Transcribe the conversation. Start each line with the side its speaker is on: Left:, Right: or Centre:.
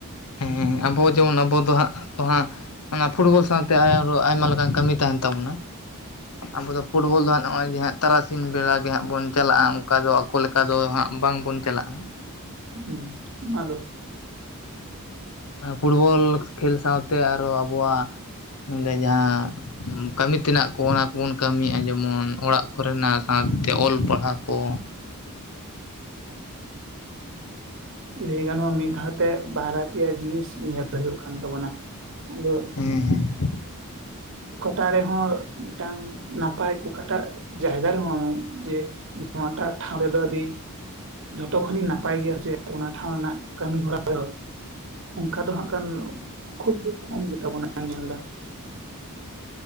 Left: ᱦᱮᱸ ᱟᱵᱚ ᱡᱮᱢᱚᱱ ᱟᱵᱚ ᱫᱚ ᱦᱟᱸᱜ ᱫᱚ ᱦᱟᱸᱜ ᱚᱱᱟ ᱯᱷᱩᱴᱵᱚᱞ ᱥᱟᱶᱛᱮ ᱟᱨᱚᱸ ᱟᱭᱢᱟ ᱞᱮᱠᱟᱱ ᱠᱟᱹᱢᱤ ᱛᱟᱦᱮᱱ ᱛᱟᱵᱚᱱᱟ ᱟᱵᱚ ᱫᱚ ᱯᱷᱩᱴᱵᱚᱞ ᱫᱚ ᱦᱟᱸᱜ ᱱᱚᱜᱼᱚᱭᱮ ᱦᱟᱸᱜ ᱛᱟᱨᱟᱥᱤᱧ ᱵᱮᱲᱟ ᱜᱮ ᱦᱟᱸᱜ ᱵᱚᱱ ᱪᱟᱞᱟᱜᱼᱟ ᱚᱱᱠᱟ ᱫᱚ ᱟᱠᱚ ᱞᱮᱠ ᱚᱱᱠᱟ ᱫᱚ ᱦᱟᱸᱜ ᱵᱟᱝᱵᱚᱱ ᱪᱟᱞᱟᱜᱼᱟ ᱾
Right: ᱦᱩᱸ ᱢᱟᱞᱳ
Left: ᱯᱷᱩᱴᱵᱚᱞ ᱠᱷᱮᱞ ᱥᱟᱶᱛᱮ ᱟᱨᱦᱚᱸ ᱟᱵᱚᱣᱟᱜ ᱱᱚᱸᱰᱮ ᱡᱟᱦᱟᱸ ᱠᱟᱹᱢᱤ ᱛᱮᱱᱟᱜ ᱠᱚ ᱚᱱᱟ ᱠᱚᱵᱚᱱ ᱠᱟᱹᱢᱤᱭᱮᱜᱼᱟ ᱡᱮᱢᱚᱱ ᱚᱲᱟᱜ ᱠᱚᱨᱮᱱᱟᱜ ᱥᱟᱶᱛᱮ ᱚᱞ ᱯᱟᱲᱦᱟᱜ ᱠᱚ,
Right: ᱞᱟᱹᱭ ᱜᱟᱱᱚᱜᱼᱟ ᱢᱤᱫ ᱫᱷᱟᱣ ᱛᱮ ᱵᱟᱨᱭᱟ ᱯᱮᱭᱟ ᱡᱤᱱᱤᱥ ᱧᱮᱞ ᱦᱩᱭᱩᱜ ᱠᱟᱱ ᱛᱟᱵᱚᱱᱟ ᱾ ᱟᱫᱚ
Left: ᱦᱮᱸ
Right: ᱚᱠᱟᱴᱟᱜ ᱨᱮᱦᱚᱸ ᱢᱤᱫᱴᱟᱝ ᱱᱟᱯᱟᱭ ᱚᱠᱟᱴᱟᱜ ᱡᱟᱭᱜᱟ ᱨᱮᱦᱚᱸ ᱡᱮ ᱱᱚᱣᱟᱴᱟᱜ ᱴᱷᱟᱶ ᱨᱮᱫᱚ ᱟᱹᱰᱤ ᱡᱷᱚᱛᱚ ᱠᱷᱚᱱᱤᱧ ᱱᱟᱯᱟᱭ ᱜᱮᱭᱟ ᱥᱮ, ᱚᱱᱟ ᱴᱷᱟᱶ ᱨᱮᱱᱟᱜ ᱠᱟᱹᱢᱤ ᱦᱚᱨᱟ ᱫᱚ ᱚᱱᱠᱟ ᱫᱚ ᱦᱟᱸᱜ ᱠᱷᱟᱱ ᱠᱷᱩᱵ ᱫᱩᱠ ᱠᱚᱢ ᱜᱮᱛᱟᱵᱚᱱᱟ ᱧᱮᱞ ᱫᱟ ᱾